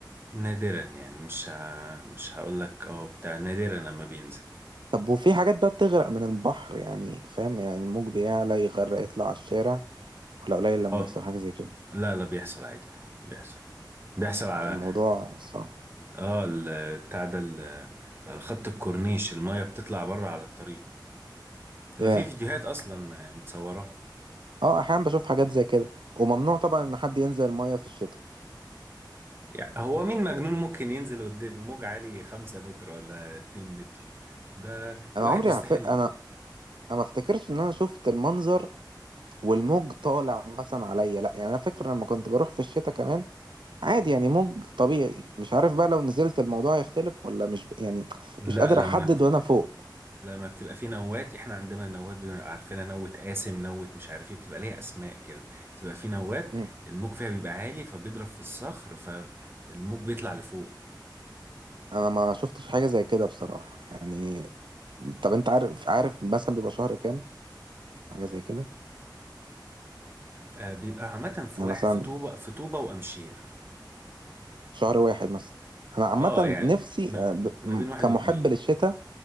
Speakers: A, on the right; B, on the right.
A: نادرا يعني مش ه... مش هقول لك اه بتاع نادرا لما بينزل
B: طب وفي حاجات بقى بتغرق من البحر يعني فاهم يعني الموج بيعلى يغرق يطلع على الشارع ولا قليل لما
A: اه
B: بيحصل حاجه زي كده
A: لا لا بيحصل عادي بيحصل بيحصل على
B: الموضوع صعب
A: اه ال- بتاع ده ال- الخط الكورنيش المايه بتطلع بره على الطريق تبقى
B: ياه
A: في فيديوهات اصلا متصوراها
B: اه احيانا بشوف حاجات زي كده وممنوع طبعا ان حد ينزل المية في الشتاء
A: يعني هو مين مجنون ممكن ينزل قدام موج عالي خمسة متر ولا اتنين متر ده
B: انا
A: الواحد
B: عمري
A: يستاهل
B: عف... انا انا ما افتكرش ان انا شفت المنظر والموج طالع مثلا عليا لا يعني انا فاكر لما كنت بروح في الشتاء كمان عادي يعني موج طبيعي مش عارف بقى لو نزلت الموضوع يختلف ولا مش ب... يعني
A: لا
B: مش قادر
A: لما
B: احدد
A: بت...
B: وانا فوق
A: لما بتبقى في نوات احنا عندنا نوات بنبقى عارفينها نوة قاسم نوة مش عارف ايه بتبقى ليها اسماء كده بتبقى في نوات
B: مم.
A: الموج فيها بيبقى عالي فبيضرب في الصخر فالموج بيطلع لفوق
B: انا ما شفتش حاجة زي كده بصراحة يعني طب انت عارف عارف مثلا بيبقى شهر كام حاجة زي كده
A: آه، بيبقى عامة في
B: يعني
A: واحد
B: مثلا
A: في طوبة في طوبة وأمشير
B: شهر واحد مثلا انا عامة
A: اه يعني
B: نفسي
A: ما,
B: آه، ب...
A: ما
B: م-
A: بين
B: كمحب
A: واحد واتنين
B: للشتاء